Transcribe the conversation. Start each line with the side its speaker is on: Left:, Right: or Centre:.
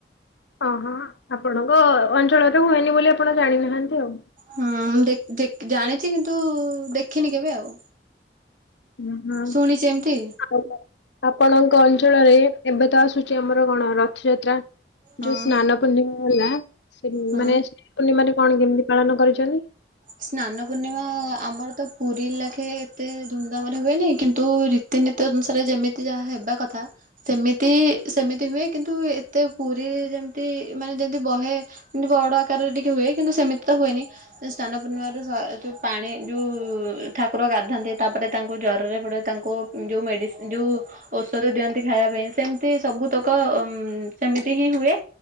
Left: ଓ ହଁ ଆପଣଙ୍କ ଅଞ୍ଚଳରେ ହୁଏନି ବୋଲି ଆପଣ ଜାଣିନାହାନ୍ତି। ଆଉ
Right: ହୁଁ ଦେଖ ଦେଖ ଜାଣିଛି କିନ୍ତୁ ଦେଖିନି କେବେ ଆଉ।
Left: ହୁଁ ହଁ।
Right: ଶୁଣିଛି ଏମିତି
Left: ଆପଣଙ୍କ ଅଞ୍ଚଳରେ ଏବେ ତ ଆସୁଛି ଆମର କଣ ରଥଯାତ୍ରା।
Right: ହଁ।
Left: ଯୋଉ ସ୍ନାନ ପୂର୍ଣ୍ଣିମା ହେଲା, ସେ
Right: ହଁ।
Left: ମାନେ ସ୍ନାନ ପୂର୍ଣ୍ଣିମାାରେ କଣ କେମିତି ପାଳନ କରିଛନ୍ତି?
Right: ସ୍ନାନ ପୂର୍ଣ୍ଣିମା ଆମର ତ ପୁରୀ ଲାଖେ ଏତେ ଧୁମଧାମ ରେ ହୁଏନି କିନ୍ତୁ ରି ରୀତିନୀତି ଅନୁସାରେ ଯେମିତି ଯାହା ହେବା କଥା। ସେମିତି ସେମିତି ହୁଏ କିନ୍ତୁ ଏତେ ପୁରୀରେ ଯେମତି ମାନେ ଯେମତି ବହେ ଏମତି ବଡ ଆକାରରେ ଟିକେ ହୁଏ କିନ୍ତୁ ସେମିତି ତ ହୁଏନି। ସ୍ନାନ ପୂର୍ଣ୍ଣିମାରୁ ସ ଯେଉଁ ପାଣି ଯେଉଁ ଠାକୁର ଗାଧନ୍ତି ତାପରେ ତାଙ୍କୁ ଜ୍ୱରରେ ପଡ଼େ ତାଙ୍କୁ ଯୋଉ ମେଡ଼ି ଯୋଉ ଔଷଧ ଦିଅନ୍ତି ଖାଇବା ପାଇଁ, ସେମିତି ସବୁତକ ଉ ସେମିତି ହିଁ ହୁଏ।